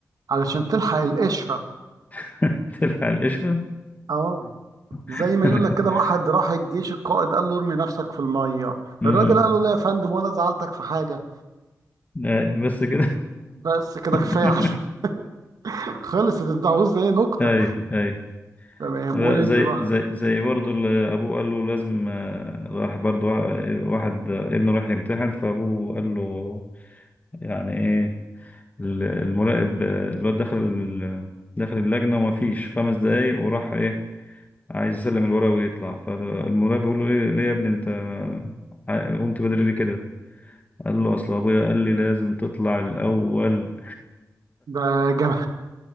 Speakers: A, on the right; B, on the left.
A: علشان تلحق القشرة
B: <laughs> تلفع القشرة
A: اه زي
B: <laughs>
A: ما يقول لك كده واحد راح الجيش القائد قال له ارمي نفسك في المية
B: مم.
A: الراجل قال له لا يا فندم وانا زعلتك في حاجة
B: أي، بس كده
A: بس كده
B: <laughs>
A: كفاية عليك <laughs> خلصت انت عاوز ايه نقطة
B: اي اي
A: تمام
B: لا
A: قول انت
B: زي
A: بقى حضرتك.
B: زي زي برضه اللي ابوه قال له لازم آه، راح برضه آه، واحد آه، ابنه راح يمتحن فابوه قال له يعني ايه ال- المراقب آه، الواد دخل ال- دخل اللجنة وما فيش خمس دقايق وراح ايه عايز يسلم الورق ويطلع فالمراقب بيقول له ليه ليه يا ابني انت آه، قمت بدري ليه كده قال له اصل ابويا قال لي لازم تطلع الاول
A: ده جم...